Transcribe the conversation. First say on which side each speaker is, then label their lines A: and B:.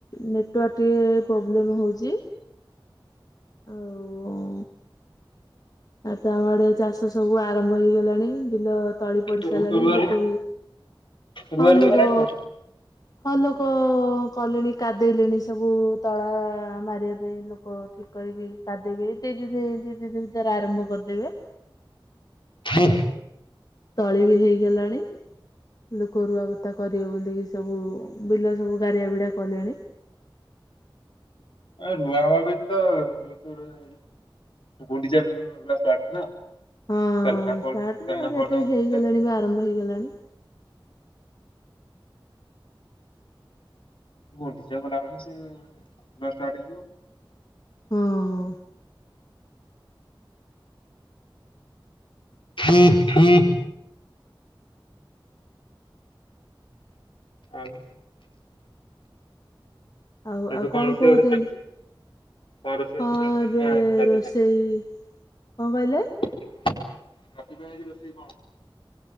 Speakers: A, on the left; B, on the left.
A: ନେଟୱାର୍କ ଟିକେ ପ୍ରୋବ୍ଲେମ ହଉଛି। ଆଉ ଆଉ ତ ଆମ ଆଡେ ଚାଷ ସବୁ ଆରମ୍ଭ ହେଇଗଲାଣି, ବିଲ ତଳି
B: ଆଉ।
A: ପଡି ସାରିଲାଣି,
B: ରୁଆ
A: ଲୋକବି,
B: ରୁଆ
A: ହଁ
B: ରୁଇ
A: ଲୋକ
B: ହେଲାଣି ନା?
A: ହଁ ଲୋକ କଲେଣି କାଦେଇଲେଣି ସବୁ ତଳା ମାରିବା ପାଇଁ। ଏ ଲୋକ ଠିକ୍ କରିକି କାଦେଇବେ ଏଇ ଦି ଦିନି, ଦି ଦିନି ଦି ତିନି ଦିନି ଭିତରେ ଆରମ୍ଭ କରିଦେବେ।
B: <inaudible>
A: ତଳି ବି ହେଇଗଲାଣି। ଲୋକ ରୁଆପତା କରିବେ ବୋଲିକି ସବୁ ବିଲ ସବୁ ଗାରିଆ ବିିଡା କଲେଣି।
B: ଆ ରୁଆ ହବ ପାଇଁ ତ <unintelligible> <unintelligible>
A: ହଁ ଷ୍ଟାର୍ଟ ତାପରେ ଏଠି ହେଇଗଲାଣି ବି ଆରମ୍ଭ ହେଇଗଲାଣି।
B: ଗୁଣ୍ଡିଚା ଗଲା ମାନେ ସିଏ ରୁଆ ଷ୍ଟାଟ୍ ହେଇଯିବ।
A: ହଁ
B: <inaudible> ଆଜ୍ଞା।
A: ଆଉ
B: ସେଉଟୁ
A: ଆଉ
B: କଣ ରୋଷେଇ
A: କହୁଛନ୍ତି
B: ବାସ ଚାଲିଚି? କଣ ରୋଷେଇ
A: ହଁ
B: ବାସ ଚାଳିଛି
A: ଏବେ
B: ଏଇନା ରାତି
A: ରୋଷେଇ
B: ପାଇଁ?
A: କଣ କହିଲେ?
B: ରାତି ପାଇଁ ଆଜି ରୋଷେଇ କଣ?